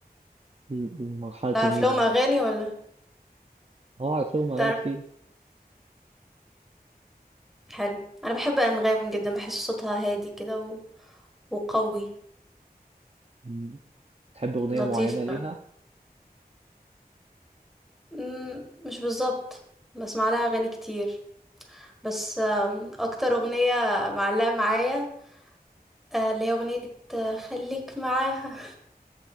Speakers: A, on the right (about 40°); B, in the centre.
A: م- م- مرحلة
B: تعرف
A: الموج
B: لهم اغاني ولا
A: هو عارف لهم أغاني
B: تعرف
A: كتير
B: حلو انا بحب انغام جدا بحس صوتها هادي كده و... وقوي
A: مم. تحب أغنية
B: لطيف
A: معينة ليها
B: بقى مم، مش بالظبط بسمع لها اغاني كتير بس آم، اكتر اغنيه معلقه معايا آه، اللي هي اغنيه آه، خليك معاها